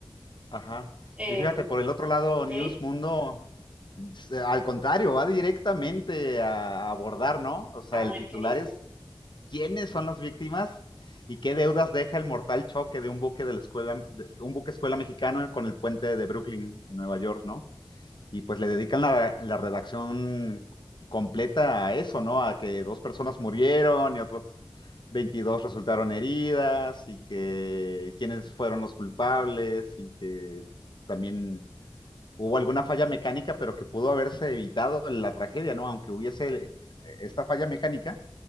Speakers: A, on the left (about 60°); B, on the right (about 15°).
A: Ajá.
B: Em,
A: Y fíjate, por el otro lado,
B: ok,
A: News Mundo, se- al contrario, va directamente a, a abordar, ¿no? O sea,
B: a
A: el
B: ver
A: titular
B: qué dice.
A: es ¿quiénes son las víctimas y qué deudas deja el mortal choque de un buque de la escuela, de un buque escuela mexicano con el puente de Brooklyn, Nueva York, ¿no? Y pues le dedican la, la redacción completa a eso, ¿no? A que dos personas murieron y otros veintidós resultaron heridas y que quiénes fueron los culpables y que también hubo alguna falla mecánica, pero que pudo haberse evitado la tragedia, ¿no? Aunque hubiese esta falla mecánica,